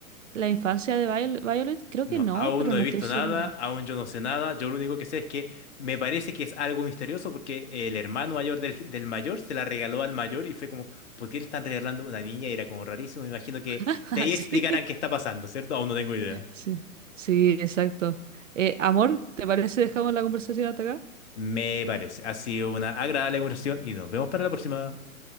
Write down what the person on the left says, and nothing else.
No,
aún
no
he visto
nada, aún yo no sé nada, yo lo único que sé es que me parece que es algo misterioso porque el hermano mayor del, del mayor se la regaló al mayor y fue como, ¿por qué le están regalando una niña? Y era como rarísimo, me imagino que
de ahí
explicarán qué está pasando, ¿cierto? Aún no tengo idea.
Me parece. Ha sido una agradable conversación y nos vemos para la próxima.